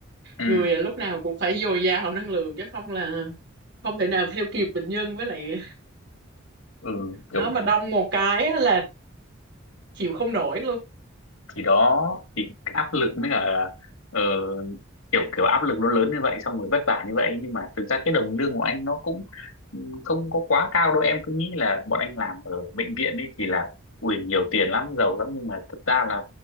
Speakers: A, on the left; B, on the right.
A: ừ,
B: người lúc nào cũng phải dồi dào năng lượng chứ không là không thể nào theo kịp bệnh nhân với lại
A: ừ kiểu
B: nó mà đông một cái á là chịu không nổi luôn.
A: thì đó thì áp lực mới cả ờ, kiểu kiểu áp lực nó lớn như vậy xong rồi vất vả như vậy nhưng mà thực ra cái đồng lương của anh nó cũng ừ, không có quá cao đâu em cứ nghĩ là bọn anh làm ở bệnh viện ấy thì là ui nhiều tiền lắm giàu lắm nhưng mà thực ra là